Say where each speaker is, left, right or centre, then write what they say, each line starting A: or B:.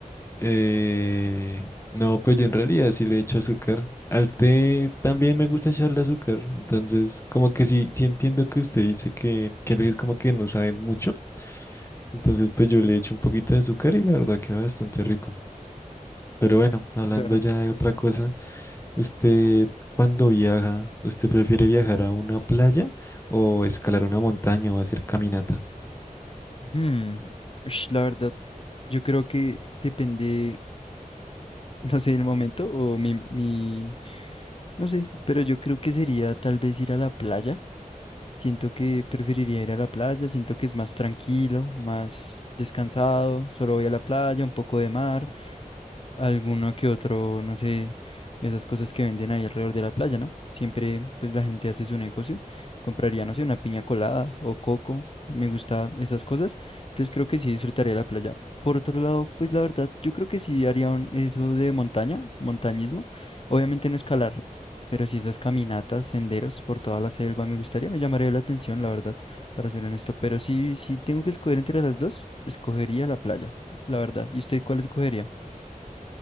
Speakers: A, on the left; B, on the left.
A: Eh, no, pues yo en realidad sí le echo azúcar. Al té también me gusta echarle azúcar. Entonces, como que sí, sí entiendo que usted dice que, que a veces como que no sabe mucho. Entonces, pues yo le echo un poquito de azúcar y la verdad queda bastante rico. Pero bueno, hablando
B: Claro.
A: ya de otra cosa, ¿usted cuando viaja, usted prefiere viajar a una playa o escalar una montaña o hacer caminata?
B: Hmm, ush, la verdad, yo creo que depende, <laughs> no sé, el momento o mi, mi, no sé, pero yo creo que sería tal vez ir a la playa. Siento que preferiría ir a la playa, siento que es más tranquilo, más descansado, solo voy a la playa, un poco de mar. alguno que otro, no sé, esas cosas que venden ahí alrededor de la playa, ¿no? Siempre, pues la gente hace su negocio, compraría, no sé, una piña colada o coco, me gusta esas cosas, entonces creo que sí disfrutaría la playa. Por otro lado, pues la verdad, yo creo que sí haría un- eso de montaña, montañismo, obviamente no escalar, pero sí esas caminatas, senderos por toda la selva me gustaría, me llamaría la atención, la verdad, para ser honesto, pero sí, si tengo que escoger entre las dos, escogería la playa, la verdad. ¿Y usted cuál escogería?